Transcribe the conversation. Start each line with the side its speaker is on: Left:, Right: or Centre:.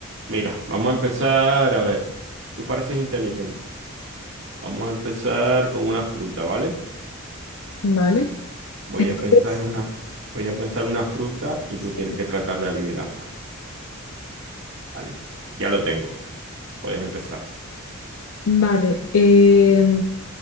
Right: Mira, vamos a empezar, a ver, tú pareces inteligente. Vamos a empezar con una fruta, ¿vale?
Left: Vale,
Right: Voy
Left: entonces,
Right: a pensar una, voy a pensar una fruta y
Left: sí.
Right: tú tienes que tratar de adivinarla, ¿vale? Ya lo tengo, puedes empezar.
Left: Vale, eh,